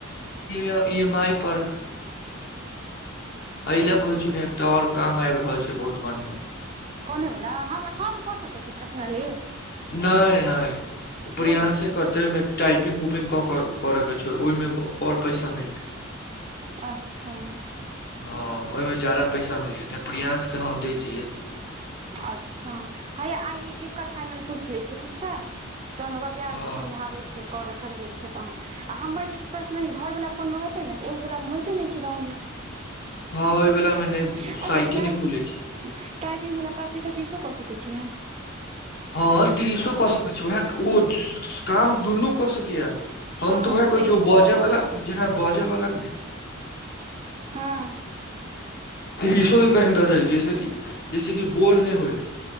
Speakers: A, on the left; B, on the right.
A: ई एम आई पर एहि ले कहे छै ने एकटा और काम आबि रहल छै बहुत बढ़ियां
B: फोने वला हम हम क सकै छियै पर्सनली
A: नहि नहि
B: नहि
A: बढ़ियाँ
B: कऽ सकै
A: से
B: छी
A: करते ह टाइपिंग उपिंग क के करे छै ओहि मे और पैसा मिलतै
B: अच्छा
A: हँ ओहिमें जादा पैसा मिलते ते प्रियंस के हम देैतिये
B: अच्छा हे आ एकर फाइनल पूछि लै छियै ठीक छै तहन ओकरा प्यार
A: हँ
B: से समझाबे छै करे करबे त आ हमर पर्सनल घर वला फोन मे होते ने ओ मे होइते ने छलौ
A: हाल वला मे नहि
B: अच्छा
A: साइट
B: टाइपिंग
A: न खुले छै
B: टाइपिंग बला क छै तऽ दृशो कसो कि छै ने
A: हँ तृषा क सकै छै उएह ओ काम दुनू क सकैए हम
B: हँ
A: तो है
B: तऽ
A: कोइो बजा वला जेना बजा वला
B: हँ
A: ईस कहहि जैसे कि जैसे कि बोर्र नहि होइ <unintelligible>